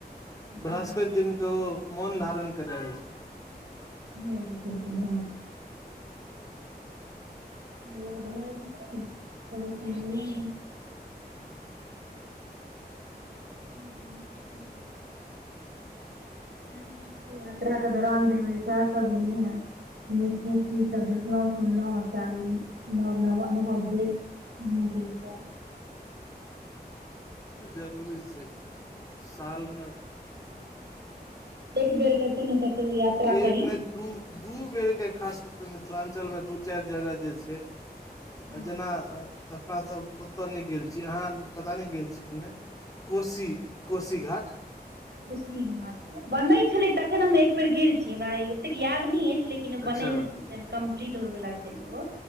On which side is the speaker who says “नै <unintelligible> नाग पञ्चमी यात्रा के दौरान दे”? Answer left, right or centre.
Right